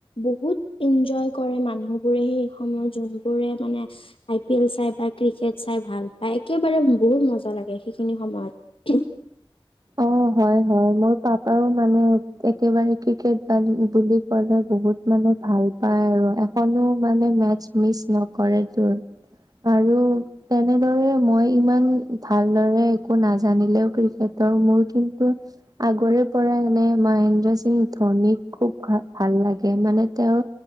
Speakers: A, on the left (about 70°); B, on the right (about 40°).
A: বহুত ইনজয় কৰে মানুহবোৰে সেই সময়ত, যোনবোৰে মানে আই পি এল চাই বা ক্ৰিকেট চাই ভাল পায়। একেবাৰে বহুত মজা লাগে সেইখিনি সময়ত।
B: অ। অ, হয়-হয় মোৰ পাপাও মানে একেবাৰে ক্ৰিকেট বা বুলি কলে বহুত মানে ভাল পায় আৰু এখনো মানে মেটচ মিচ নকৰে তোৰ। আৰু তেনেদৰে মই ইমান ভালদৰে একো নাজানিলেও ক্ৰিকেট ত মই কিন্তু আগৰে পৰা মানে মহেন্দ্ৰ সিং ধোনিক খুব ভ ভাল লাগে। মান মানে তেওঁ